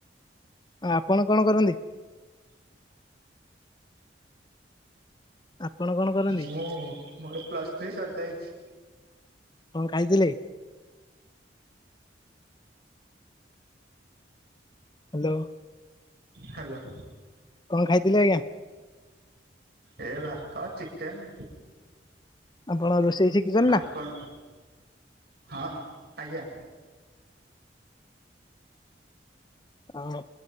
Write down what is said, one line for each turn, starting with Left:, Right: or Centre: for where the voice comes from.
Left: ଆପଣ କଣ କରନ୍ତି। ଆପଣ କଣ କରନ୍ତି
Right: ମୁଁ ମୋରୋ ପ୍ଲସ୍ ଥ୍ରୀ ସରିଯାଇଛି।
Left: କଁ ଖାଇଥିଲେ। ହାଲୋ।
Right: ହାଲୋ।
Left: କଁ ଖାଇଥିଲେ ଆଜ୍ଞା।
Right: ଏ ଭାତ ଚିକେନ୍।
Left: ଆପଣ ରୋଷେଇ ଶିକିଚନ୍ତିନା।
Right: ଆପଣ ହଁ ଆଜ୍ଞା।
Left: ଆଉ